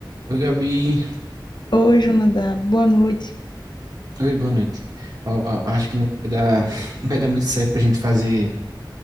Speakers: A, on the right; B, on the left.
A: Oi, Gabi.
B: Oi, Jonadab. Boa noite.
A: Oi, boa noite. Ó, acho que não vai dar, <laughs> não vai dar muito certo pra gente fazer,